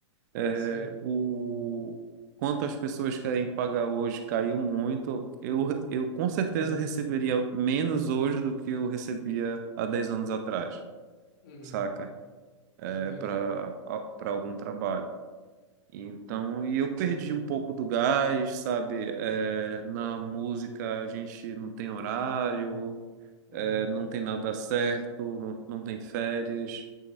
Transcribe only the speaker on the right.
É,
o quanto as pessoas querem pagar hoje caiu muito. Eu, eu com certeza
receberia menos hoje do que eu recebia há 10 anos atrás,
saca? É,
para para algum trabalho. Então, e eu perdi um pouco do gás, sabe? É, na música a gente não tem horário,
é, não tem nada certo, não, não tem férias.